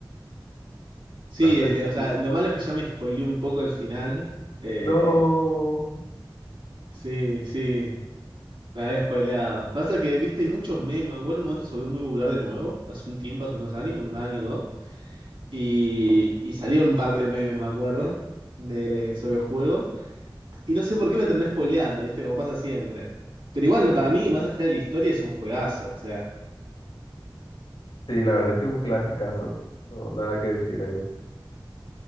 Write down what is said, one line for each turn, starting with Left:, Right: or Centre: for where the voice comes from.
Right: Sí,
Left: la verdad
Right: eh,
Left: es
Right: o sea,
Left: que sí.
Right: lo malo es que ya me spoileé un poco el final. Eh,
Left: No,
Right: sí, sí, la había spoileado. Pasa que, viste, hay muchos memes. Bueno, en un momento se volvió muy popular de nuevo, hace un tiempo, hace unos años, un año o dos. Y, y salieron un par de memes, me acuerdo, de, sobre el juego. Y no sé por qué me terminé spoileando, viste, como pasa siempre. Pero igual, no, para mí, más allá de la historia, es un juegazo, o sea.
Left: sí, la verdad es que es un clasicazo, no, nada que decir ahí.